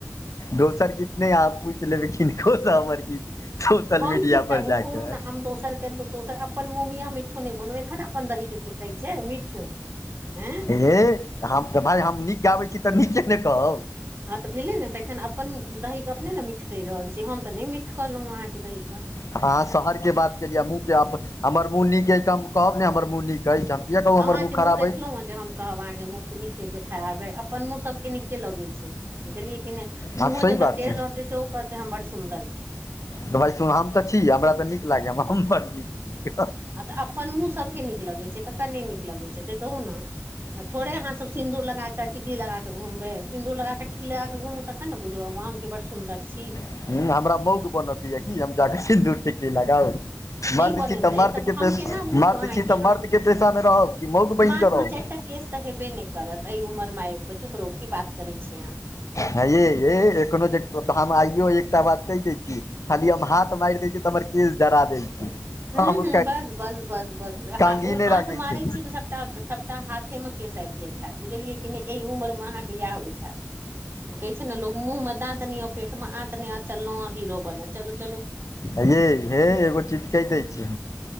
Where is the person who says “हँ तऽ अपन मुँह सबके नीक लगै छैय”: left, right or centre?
Right